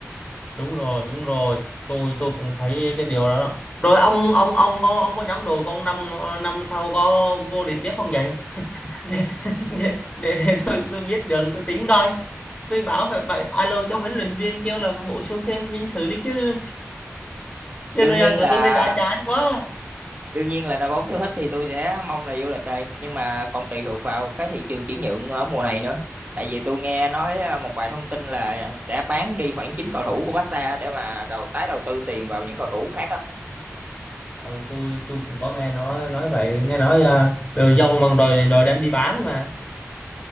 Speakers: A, on the left; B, on the right.
A: đúng rồi đúng rồi tôi tôi cũng thấy cái điều đó đó rồi ông ông ông có ông có nhóm đội của ông năm năm sau có vô địch tiếp không vậy để để để, để tôi tôi biết đường tôi tính coi tôi bảo phải phải alo cho huấn luyện viên kêu là phải bổ sung thêm nhân sự đi chứ
B: đương
A: Cái Real
B: nhiên
A: của
B: là
A: tôi thấy đã chán quá
B: đương nhiên là đội bóng tôi thích thì tôi sẽ mong là vô đê tê nhưng mà còn tùy thuộc vào cái thị trường chuyển nhượng ở mùa này nữa tại vì tôi nghe nói à, một vài thông tin là sẽ bán đi khoảng 9 cầu thủ của Barca để mà đầu tái đầu tư tiền vào những cầu thủ khác á
A: ừ, tôi tôi cũng có nghe nói nói vậy nghe nói uh, đồ dông mà rồi rồi đem đi bán mà